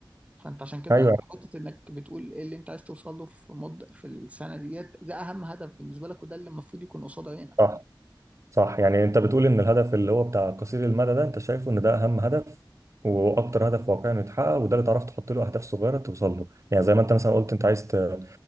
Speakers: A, on the right (about 15°); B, on the right (about 35°).
A: فانت عشان كده
B: ايوه
A: حتة انك بتقول ايه اللي انت عايز توصل له في مد في السنة ديت ده اهم هدف بالنسبة لك وده اللي المفروض يكون قصاد عينك
B: صح صح يعني انت بتقول ان الهدف اللي هو بتاع قصير المدى ده انت شايفه ان ده اهم هدف واكتر هدف واقعي انه يتحقق وده اللي تعرف تحط له اهداف صغيره توصل له يعني زي ما انت مثلا قلت انت عايز ت-